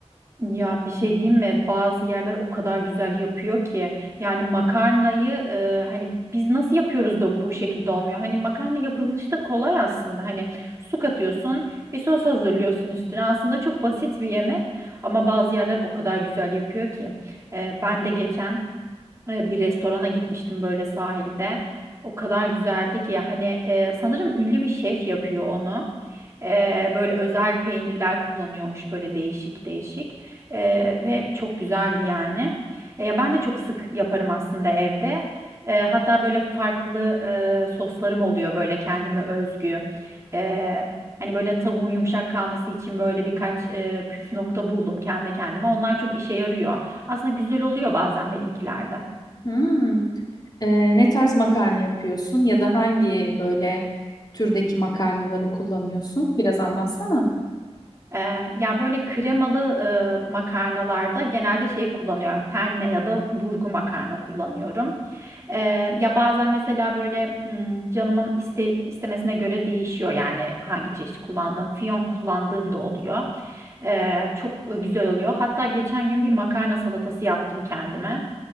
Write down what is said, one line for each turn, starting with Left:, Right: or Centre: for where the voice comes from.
Right: Ya bir şey diyeyim mi? Bazı yerler o kadar güzel yapıyor ki. Yani makarnayı e, hani biz nasıl yapıyoruz da bu şekilde olmuyor? Hani makarna yapılışı da kolay aslında. Hani su katıyorsun, bir sos hazırlıyorsun üstüne. Aslında çok basit bir yemek ama bazı yerler o kadar güzel yapıyor ki. E, ben de geçen e, bir restorana gitmiştim böyle sahilde. O kadar güzeldi ki ya hani e, sanırım ünlü bir şef yapıyor onu. E, böyle özel peynirler kullanıyormuş böyle değişik değişik E, ve çok güzeldi yani. E, ya ben de çok sık yaparım aslında evde. E, hatta böyle farklı e, soslarım oluyor böyle kendime özgü. E, hani böyle tavuğun yumuşak kalması için böyle birkaç e, püf nokta buldum kendi kendime. Onlar çok işe yarıyor. Aslında güzel oluyor bazen benimkilerde.
Left: Hmm. Ee, ne tarz makarna yapıyorsun ya da hangi böyle türdeki makarnaları kullanıyorsun? Biraz anlatsana.
Right: Eee, ya böyle kremalı eee, makarnalarda genelde şeyi kullanıyorum. Penne ya da burgu makarna kullanıyorum. Eee, ya bazen mesela böyle mm, canımın iste, istemesine göre değişiyor yani hangi çeşit kullandığım. Fiyonk kullandığım da oluyor. Eee, çok güzel oluyor. Hatta geçen gün bir makarna salatası yaptım kendime.